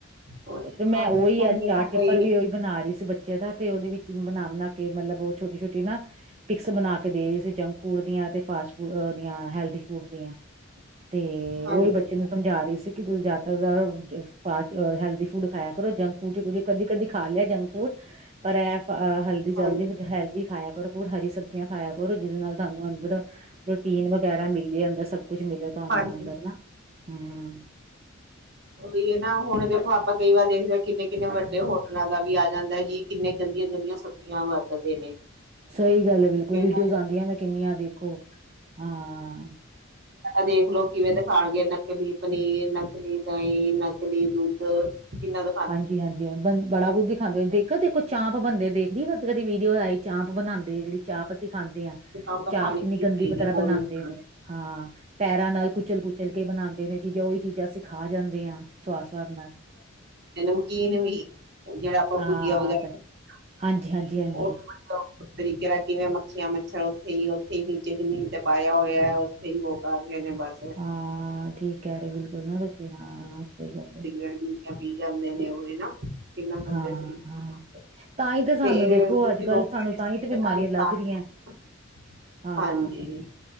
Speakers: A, on the right; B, on the right.
A: ਉਹੀ
B: ਤੇ ਮੈਂ
A: ਨਾ
B: ਉਹੀ
A: ਹੁਣ
B: ਆ
A: ਦੇਖੋ
B: ਚਾਰਟ ਪੇਪਰ
A: ਕੋਈ
B: ਵੀ ਉਹੀ ਬਣਾ ਰਹੀ ਸੀ ਬੱਚੇ ਦਾ, ਤੇ ਉਹਦੇ ਵਿੱਚ ਬਣਾ-ਬਣਾ ਕੇ ਮਤਲਬ ਉਹ ਛੋਟੀ-ਛੋਟੀ ਨਾ ਪਿਕਸ ਬਣਾ ਕੇ ਦੇ ਰਹੀ ਸੀ। ਜੰਕ ਫੂਡ ਦੀਆਂ ਤੇ ਫਾਸਟ ਫੂਡ ਦੀਆਂ ਹੈਲਦੀ ਫੂਡ ਦੀਆਂ। ਤੇ
A: ਹਾਂਜੀ,
B: ਉਹੀ ਬੱਚੇ ਨੂੰ ਸਮਝਾ ਰਹੀ ਸੀ। ਤੁਸੀਂ ਜਿਆਦਾਤਰ ਫਾਸਟ ਹੈਲਦੀ ਫੂਡ ਖਾਇਆ ਕਰੋ। ਜੰਕ ਫੂਡ 'ਚ' ਕਦੀ-ਕਦੀ ਖਾ ਲਿਆ ਜੰਕ ਫੂਡ। ਪਰ ਇਹ ਹਲਦੀ-ਚਲਦੀ
A: ਹਾਂਜੀ,
B: ਹੈਲ ਵੀ ਖਾਇਆ ਕਰੋ, ਫਿਰ ਹਰੀ ਸਬਜ਼ੀਆਂ ਖਾਇਆ ਕਰੋ, ਜਿਹਦੇ ਨਾਲ ਤੁਹਾਨੂੰ ਅੰਦਰ ਪ੍ਰੋਟੀਨ ਵਗੈਰਾ ਮਿਲੀ ਅੰਦਰ ਸਭ ਕੁਛ ਮਿਲਿਆ ਤੁਹਾਨੂੰ
A: ਹਾਂਜੀ
B: ਅੰਦਰ ਨਾ, ਹਮ
A: ਉਹੀ ਹੈ ਨਾ ਹੁਣ ਦੇਖੋ ਆਪਾਂ ਕਈ ਵਾਰ ਦੇਖਦੇ ਹਾਂ ਕਿੰਨੇ ਕਿੰਨੇ ਵੱਡੇ ਹੋਟਲਾਂ ਦਾ ਵੀ ਆ ਜਾਂਦਾ ਹੈ ਜੀ। ਕਿੰਨੇ ਗੰਦੀਆਂ-ਗੰਦੀਆਂ ਸਬਜ਼ੀਆਂ ਵਰਤਦੇ ਨੇ।
B: ਸਹੀ ਗੱਲ ਐ ਬਿਲਕੁਲ,
A: ਕਈ
B: ਵੀਡੀਓਜ਼
A: ਵਾਰ।
B: ਆਉਂਦੀਆਂ ਮੈਂ ਕਿੰਨੀਆਂ ਦੇਖੋ, ਹਾਂ।
A: ਦੇਖਲਓ ਕਿਵੇਂ ਦਿਖਾਣਗੇ, ਨਕਲੀ ਪਨੀਰ, ਨਕਲੀ ਦਹੀਂ, ਨਕਲੀ ਦੁੱਧ ਕਿੰਨਾ ਦਾ
B: ਹਾਂਜੀ-ਹਾਂਜੀ ਬ ਬੜਾ ਕੁਝ ਹੀ ਦਿਖਾਂਦੇ ਦੇਖੋ-ਦੇਖੋ ਚਾਂਪ ਬੰਦੇ ਦੇਖਦੇ ਕਦੇ ਕਦੀ ਵੀਡੀਓ ਆਈ। ਚਾਪ ਬਣਾਉਂਦੇ ਆ, ਜਿਹੜੀ ਚਾਪ ਅਸੀਂ ਖਾਂਦੇ ਹਾਂ
A: ਆਪਾਂ
B: ਚਾਪ
A: ਖਾਣੀ
B: ਕਿੰਨੀ
A: ਨੀ
B: ਗੰਦੀ
A: ਚਾਹੀਦੀ
B: ਤਰ੍ਹਾਂ
A: ਬਹੁਤ
B: ਬਣਾਉਂਦੇ
A: ਨੁਕਸਾਨ
B: ਨੇ। ਹਾਂ, ਪੈਰਾਂ ਨਾਲ ਕੁਚਲ-ਕੁਚਲ ਕੇ ਬਣਾਉਂਦੇ ਨੇ ਚੀਜਾਂ ਉਹੀ ਚੀਜ਼ਾਂ ਅਸੀ ਖਾ ਜਾਂਦੇ ਆ ਸਵਾਦ-ਸਵਾਦ ਨਾਲ।
A: ਨਮਕੀਨ ਵੀ। ਜਿਹੜਾ ਆਪਾਂ
B: ਹਾਂ
A: ਭੁਜੀਆ ਵਗੈਰਾ
B: ਸਹੀ, ਹਾਂਜੀ ਹਾਂਜੀ ਹਾਂਜੀ
A: ਉਹ' ' <unintelligible> ਤਰੀਕੇ ਨਾਲ ਕਿਵੇਂ ਮੱਖੀਆਂ, ਮੱਛਰ ਉੱਥੇ ਹੀ, ਉੱਥੇ ਹੀ ਨੀਚੇ ਜਮੀਨ ਤੇ ਪਾਇਆ ਹੋਇਆ ਉੱਥੇ ਹੀ ਉਹ ਕਰ ਰਹੇ ਨੇ ਬੱਸ।
B: ਹਾਂ, ਠੀਕ ਕਹਿ ਰਹੇ ਬਿਲਕੁਲ ਨਾ ਤੁਸੀਂ ਹਾਂ। ਸਹੀ ਗੱਲ ਹੈ
A: ਗਰ ਪੀ ਜਾਂਦੇ ਨੇ ਉਹ ਨਾ ਕਿੰਨਾ ਗੰਦੇ
B: ਹਾਂ
A: ਤਰੀਕੇ
B: ਹਾਂ ਤਾਂ ਹੀ ਸਾਨੂੰ
A: ਤੇ ਇਹ'
B: ਦੇਖੋ ਅੱਜ ਕੱਲ ਸਾਨੂੰ ਤਾਂ ਹੀ ਤੇ ਬਿਮਾਰੀਆਂ
A: '
B: ਲੱਗ ਰਹੀਆਂ
A: <unintelligible>
B: ਹਾਂ
A: ਹਾਂਜੀ।